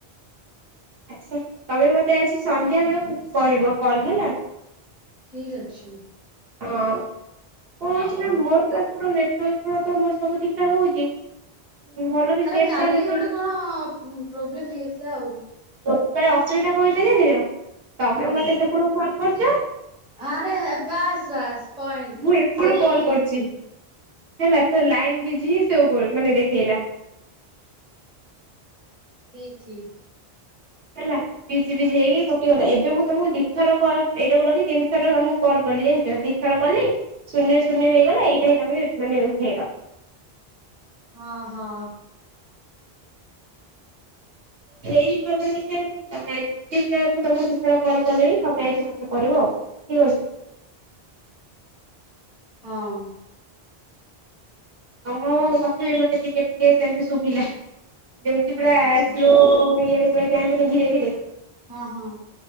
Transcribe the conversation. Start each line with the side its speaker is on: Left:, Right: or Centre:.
Right: ଆଛା ତମେ ମତେ ଆଜି ସନ୍ଧ୍ୟା ବେଳକୁ କରିବ କଲ ହେଲା।
Centre: ଠିକ ଅଛି।
Right: ହଁ କଣ ହଉଛି
Centre: ହଉ
Right: ନା ମୋର ତ ଏପଟେ ନେଟାର୍କ ତ ମୋର ସବୁ ଠିକ ଠାକ ହଉଛି ଭଲ ବି
Centre: ଆରେ
Right: ନେଟ୍
Centre: କାଲି
Right: ଚାଲୁଛି
Centre: ଗୋଟେ କଣ ପ୍ରୋବ୍ଲେମ ହେଇଯାଇଥିଲା ଆଉ।
Right: ସେତେବେଳେ ଅସୁବିଧା କଣ ହେଇଥିଲା ଜାଣିଛ ତମେ
Centre: କୋଉଟା
Right: ମତେ ସେପଟୁ ଫୋନ୍ କରୁଛ
Centre: ଆରେ ବାସ୍ ବାସ୍ ପଏଣ୍ଟ
Right: ମୁଁ ଏପଟୁ
Centre: ସେଇଆା
Right: କଲ୍
Centre: ହିଁ ହେଇଛି।
Right: କରିଛି। ହେଲା ତ ଲାଇନ ବିଜି ହ ସୋ ମାନେ ଦେଖେଇଲା।
Centre: ଠିକ୍ ଠିକ୍।
Right: ହେଲା ବିଜି ବିଜି ହେଇକି କଟିଗଲା ଏବେ ମୁଁ ତମକୁ ଦିଥର କଲ୍ ଏଇଟାକୁ ଲଗିିକି ତିନି ଦିଇଥର ତମକୁ କଲ କଲି ଜାଣିଛ ଦିଥର କଲି ଶୂନ୍ୟ ଶୂନ୍ୟ ହେଇଗଲା ଏଇଟା ହି ତମେ ମାନେ ଉଠେଇଲ।
Centre: ହଁ ହଁ।
Right: ହେଇଯିବ ମାନେ ସେମିତି ତମେ ଠିକ୍ ସେ ମୁଁ ତମକୁ ଦୁଇ ଥର କଲ୍ କଲିଣି ତମେ ଆଜି ମୋତେ କରିବ ଆଉ ଠିକ୍ ଅଛି।
Centre: ହଁ।
Right: ଆଉ ମୁଁ କଥା ବିି ମତେ ଟିକେ ଟିକେ ସେମତି ଶୁଭିଲା ଯେମିତି ପୁରା
Centre: ଆଚ୍ଛା
Right: ସ୍ଲୋ ଇ ରେ ପୁରା ଯାଆନ୍ତିନି ଧୀରେ ଧୀରେ
Centre: ହଁ ହଁ।